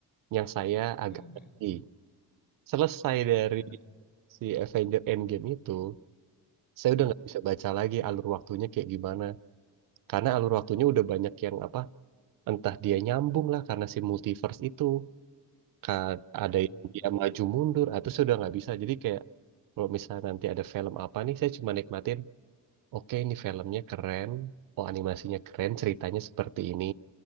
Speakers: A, on the right; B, on the left.
A: yang saya agak
B: Mhm.
A: ngerti. Selesai dari
B: Benar, benar.
A: si Avenger Endgame itu, saya udah
B: Mhm.
A: nggak bisa baca lagi alur waktunya kayak gimana. Karena alur waktunya udah banyak yang apa, entah dia nyambung lah karena si multiverse itu. Ka- Ada
B: Betul,
A: yang
B: betul.
A: dia maju mundur, atau saya udah nggak bisa. Jadi kayak kalau misalnya nanti ada film apa nih, saya cuma nikmatin oke ini filmnya keren, oh animasinya keren, ceritanya seperti ini.